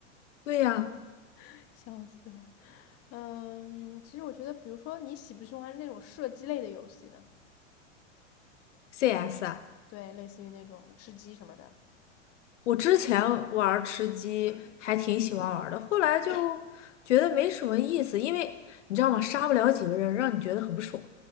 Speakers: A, on the left; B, on the left.
A: 对呀
B: <laughs> 笑死了。嗯，其实我觉得，比如说你喜不喜欢那种射击类的游戏呢？
A: ，CS 啊。
B: 对，类似于那种的吃鸡什么的。
A: 我之前玩儿吃鸡还挺喜欢玩儿的，后来就觉得没什么意思，因为你知道吗？杀不了几个人，让你觉得很不爽。